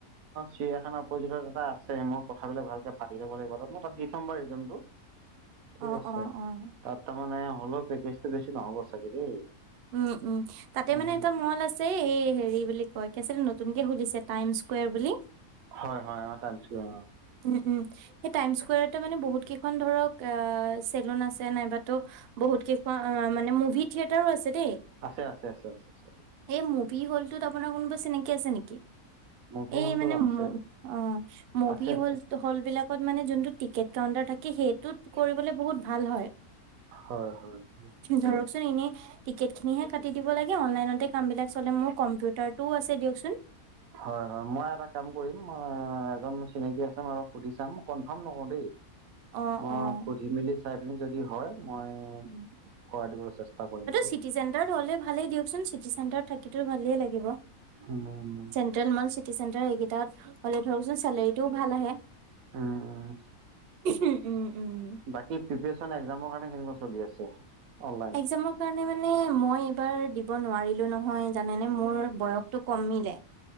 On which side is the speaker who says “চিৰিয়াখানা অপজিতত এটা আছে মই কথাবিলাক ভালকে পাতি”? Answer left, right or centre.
Right